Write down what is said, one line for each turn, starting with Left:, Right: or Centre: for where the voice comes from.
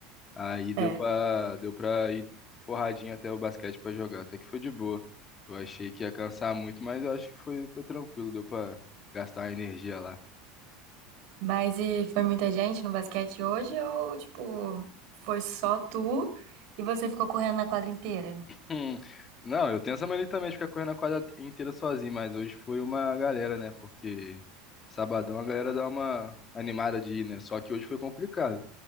Left: Aí deu
Right: É.
Left: pra, deu pra ir forradinho até o basquete pra jogar. Até que foi de boa. Eu achei que ia cansar muito, mas eu acho que foi, foi tranquilo. Deu pra gastar a energia lá.
Right: Mas e foi muita gente no basquete hoje ou, tipo, foi só tu e você ficou correndo na quadra inteira?
Left: Hum, Não, eu tenho essa mania também de ficar correndo a quadra inteira sozinho, mas hoje foi uma galera, né? Porque sabadão a galera dá uma animada de ir, né? Só que hoje foi complicado.